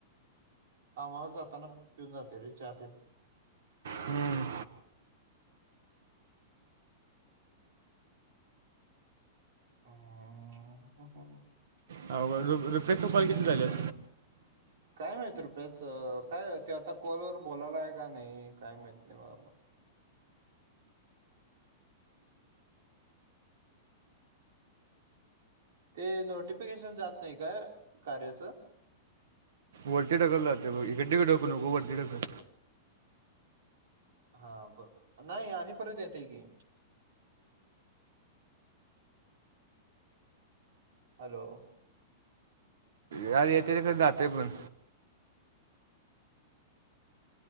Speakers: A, on the right; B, on the right.
A: कामावर जाताना पिऊन जातोय ते चहा टेन.
B: हम्म.
A: <inaudible>
B: हा <unintelligible> रुपेश चे कॉल किती झालेत.
A: काय माहिती रुपेशच, काय ते आता कॉल वर बोलायला की नाय. ते नोटिफिकेशन जात नाही का कार्याचं?
B: वरती ढकलला जातंय मग, इकडे तिकडे ढकलू नको वरती ढकल.
A: हा बघ नाय, आणि परत येते की. हॅलो.
B: यार येथे खरंच जाते पण.